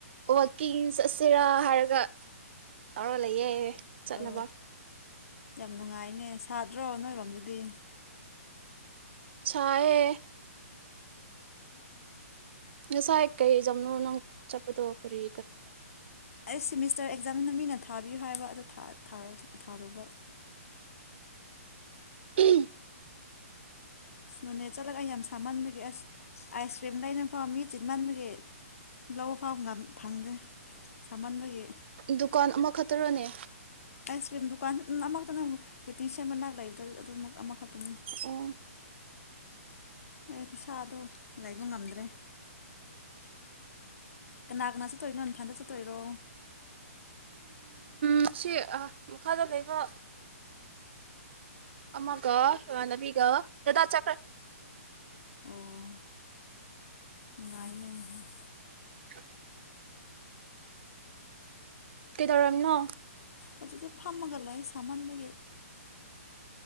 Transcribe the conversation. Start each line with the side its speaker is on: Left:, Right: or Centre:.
Right: ꯋꯥꯋꯀꯤꯡ ꯆꯠꯁꯤꯔꯥ ꯍꯥꯏꯔꯒ ꯇꯧꯔ ꯂꯩꯌꯦꯦ ꯆꯠꯅꯕ
Left: ꯑꯣ ꯌꯥꯝ ꯅꯨꯡꯉꯥꯏꯅꯦ ꯁꯥꯗ꯭ꯔꯣ ꯅꯣꯏꯔꯣꯝꯗꯗꯤ
Right: ꯆꯑꯌꯦ ꯉꯁꯥꯏ ꯀꯩꯖꯝꯅ ꯅꯪ ꯆꯄꯗꯔꯤ
Left: ꯑꯩ ꯁꯤꯃꯤꯁꯇꯔ ꯑꯦꯛꯖꯥꯝꯁꯤꯅ ꯃꯤꯅ ꯊꯥꯕꯤꯌꯨ ꯍꯥꯏꯕ ꯑꯣ ꯊꯥꯔꯣ ꯊꯥꯔꯨꯕ
Right: ꯎꯝ
Left: ꯑꯁ ꯅꯣꯅꯦꯠ ꯆꯠꯂꯒ ꯑꯩ ꯌꯥꯝ ꯁꯥꯃꯟꯕꯒꯤ ꯑꯁ ꯑꯥꯏꯁ ꯀ꯭ꯔꯤꯝ ꯂꯩꯅꯕ ꯐꯥꯎ ꯃꯤ ꯆꯤꯟꯃꯟꯕꯒꯤ ꯂꯧꯕ ꯐꯥꯎ ꯐꯪꯗꯦ ꯁꯥꯃꯟꯕꯒꯤ
Right: ꯗꯨꯀꯥꯟ ꯃ ꯇꯔꯣꯅꯦ
Left: ꯑꯥꯏꯁ ꯀ꯭ꯔꯤꯝ ꯗꯨꯀꯥꯟ ꯑꯗꯨ ꯑꯃꯈꯛꯇꯅ ꯋꯤꯇꯤꯡ ꯁꯕꯅꯥꯛ ꯂꯩꯕꯗ ꯑꯗꯨꯝꯃꯛ ꯑꯃꯈꯛꯇꯅꯦ
Right: ꯑꯣ
Left: ꯑꯩ ꯈꯨꯠꯁꯥꯗꯣ ꯂꯩꯕ ꯉꯝꯗ꯭ꯔꯦ ꯀꯅꯥ ꯀꯅꯥ ꯆꯠꯇꯣꯏꯅꯣ ꯏꯝꯊꯥꯟꯗ ꯆꯠꯇꯣꯏꯔꯣ
Right: ꯃꯁꯤ ꯃꯈꯥꯗ ꯂꯩꯕ ꯑꯃꯒ ꯏꯃꯥꯟꯅꯕꯤꯒ ꯗꯗꯥ ꯆꯠꯈ꯭ꯔꯦ
Left: ꯑꯣ ꯉꯥꯏꯅꯦꯦ
Right: <inaudible> ꯀꯗꯧꯔꯝ ꯅ
Left: ꯃꯗꯤ ꯐꯝꯃꯒ ꯁꯃꯥꯟꯒ